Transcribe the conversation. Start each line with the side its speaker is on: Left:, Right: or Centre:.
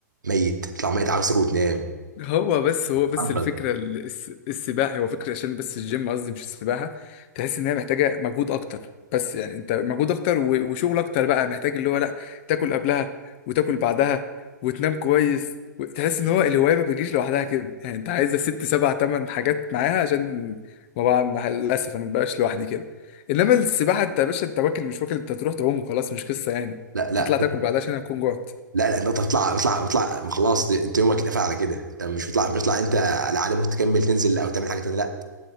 Right: ميت بتطلع ميت عاوز تاكل وتنام
Left: هو بس هو بس
Right: بتتعضل
Left: الفكره ال- الس- السباحه هو فكره عشان بس الجيم قصدي مش السباحه تحس ان هي محتاجه مجهود اكتر بس يعني انت مجهود اكتر و- وشغل اكتر بقى محتاج اللي هو لا تاكل قبلها وتاكل بعدها وتنام كويس تحس ان هو الهوايه ما بتجيش لوحدها كده يعني انت عايزه ست سبع تمن حاجات معاها عشان ما بقى مع للاسف انا ما بقاش لوحدي كده انما السباحه انت يا باشا انت واكل مش واكل انت تروح تعوم وخلاص مش قصه يعني
Right: لا لا
Left: تطلع تاكل بعدها عشان هتكون جوعت
Right: لا لا انت بتطلع بتطلع بتطلع خلاص ده- انت يومك اتقفل على كده انت مش بتطلع مش بتطلع انت على عاده ممكن تكمل تنزل او تعمل حاجه تانيه لا